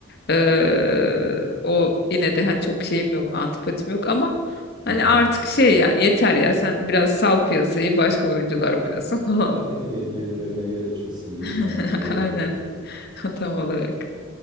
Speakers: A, on the left; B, on the right.
A: Ee, o yine de hani çok şeyim yok, antipatim yok ama hani
B: Hı hı.
A: artık şey yani yeter ya sen biraz sal piyasayı başka oyuncular oynasın falan.
B: Tabii ya ye- yenilerine yer açılsın, yeni
A: <laughs>
B: kanlar görelim.
A: Aynen. <laughs> Tam olarak.